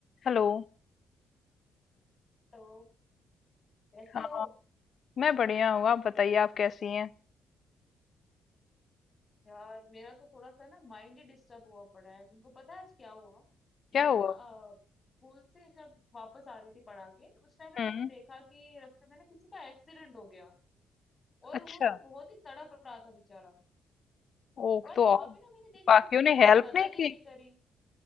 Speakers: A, on the left; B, on the left.
A: हेलो
B: Hello कैसे
A: हाँ
B: हो
A: मैं बढ़िया हूँ आप बताइए आप कैसी हैं
B: यार मेरा तो थोड़ा सा ना माइंड ही डिस्टर्ब हुआ पड़ा है तुमको पता है आज क्या हुआ मैं
A: क्या
B: ना
A: हुआ
B: अ, स्कूल से जब वापस आ रही थी पढ़ा के उस टाइम पे
A: हम्म
B: मैंने देखा कि रास्ते में ना किसी का एक्सीडेंट हो गया और
A: अच्छा
B: वो ना बहुत ही तड़प रहा था बेचारा
A: ओह
B: बट
A: तो
B: वहां
A: और
B: पे ना मैंने देखा
A: बाकियों
B: किसी ने
A: ने
B: उसकी
A: हेल्प
B: मदद
A: नहीं
B: ही
A: की
B: नहीं करी